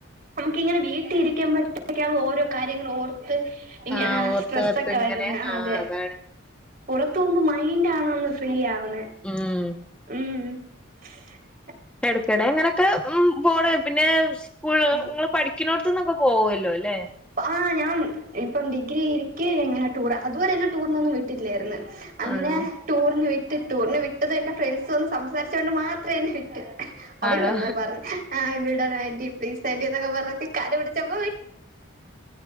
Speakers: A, on the right; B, in the centre.
A: നമുക്ക ഇങ്ങനെ വീട്ടിൽ ഇരിക്കുമ്പോഴത്തേക്കാണ് ഓരോ കാര്യങ്ങളൾ ഓർ.. ഇങ്ങനെ
B: ആഹ് ഓർത്തോർത്ത്
A: സ്ട്രെസ്സൊക്കെ
B: ഇങ്ങനെ
A: വരുന്ന
B: ആഹ്
A: അതെ
B: അതാണ്
A: പുറത്തു പോകുമ്പോ മൈൻഡ ആണന്ന് ഫ്രീ ആവണ്
B: ഉം
A: ഉം. <inaudible>
B: ഇടക്കിടെ അങ്ങനെയൊക്കെ ഉ പോണ പിന്നെ സ്കൂള്
A: ആഹ്
B: നിങ്ങൾ പഠിക്കുന്നോടത്ത്ന്നൊക്കെ പോവല്ലോ.. ല്ലേ
A: ആഹ് ഞാൻ ഇപ്പം ഡിഗ്രി ഇരിക്കെ ഇങ്ങനെ ടൂറാ. അതുവരെ എന്നെ ടൂറിനൊന്നും വിട്ടില്ലാരുന്നു. അങ്ങനെ
B: ആണോ
A: ടൂറിന് വി ടൂറിന് വിട്ടത് എന്റെ ഫ്രണ്ട്സ് വന്ന് സംസാരിച്ചോണ്ട് മാത്ര എന്നെ വിട്ട്. അവര്
B: ആണോ
A: വന്ന പറഞ്ഞ. ആഹ് വിടണ ആന്റി പ്ലീസ് ആന്റിന്നൊക്കെ പറഞ്ഞിട്ട് കാല് പിടിച്ചപ്പോയ്